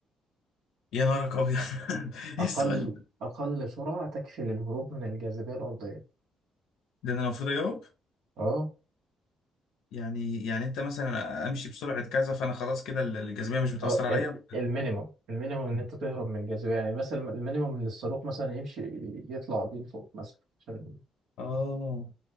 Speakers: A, on the left; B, on the right.
A: يا نارك ابيض <laughs>
B: أقل
A: ايه السؤال ده
B: أقل سرعة تكفي للهروب من الجاذبية الأرضية
A: ده انا المفروض اجاوب
B: أه
A: يعني يعني انت مثلا امشي بسرعة كذا فانا خلاص كده ال- الجاذبية مش بتأثر
B: اه
A: عليا
B: ال- المينيمم المينيمم ان انت تهرب من الجاذبيه يعني مثلا المينيمم ان الصاروخ مثلا يمشي يطلع بيه لفوق مثلا عشان
A: اه